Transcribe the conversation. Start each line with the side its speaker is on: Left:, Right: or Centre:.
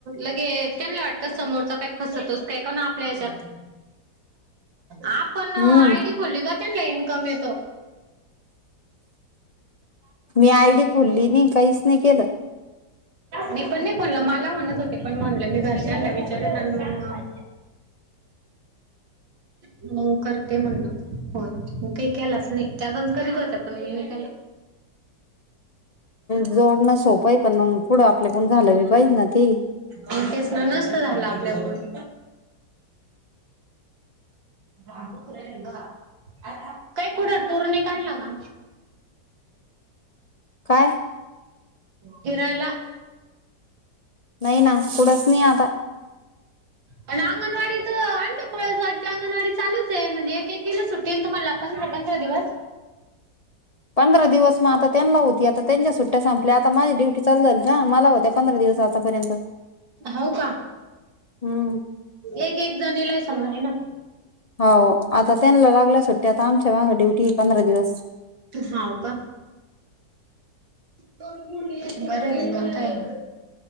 Right: लगेच त्यांला वाटत समोरच काय फसवतोस का काय आपल्या हच्यात. आपण
Left: हम्म
Right: आयडी खोलली का? त्यानला ईन कमीवतो.
Left: मी आयडी खोलली नाही, काहीच नाही केलं.
Right: मी पण नाही खोलल मला म्हणत होते पण म्हणलं मी घरच्याना विचारेन आणि म, हो करते म्हणलं होय. मी काही केलाच नाही, त्यापण करीत होत्या पण मी नाही केला.
Left: जोडणं सोपं आहे, पण म पुढं आपल्याकडून झालं <unintelligible> ना ती
Right: आणि फेसन नसत झाला आपल्याकडून. काय कुठं टूर नाय काढला का?
Left: काय?
Right: फिरायला.
Left: नाही ना, कुढंच नाही आता.
Right: आणि अंगणवाडी त आमची पळसवाडी अंगणवाडी चालूच आहे. म्हणजे एक एकीला सुट्टी आहे ना तुम्हाला पण पंधरा पंधरा दिवस.
Left: पंधरा दिवस म आता त्यांला होती, आता त्यांच्या सु सूट्या संपल्या आता माझी डु ड्युटी चालू झाली ना, मला होत्या पंधरा दिवस आ आत्तापर्यंत.
Right: हाव का?
Left: हम्म
Right: एक एक जणीला सम आहे ना.
Left: हाव आता त्यांला लागल्या सुट्टी, आता आमच्या माग ड्युटी पंधरा दिवस.
Right: हाव का? बरं हाय की मंग काय.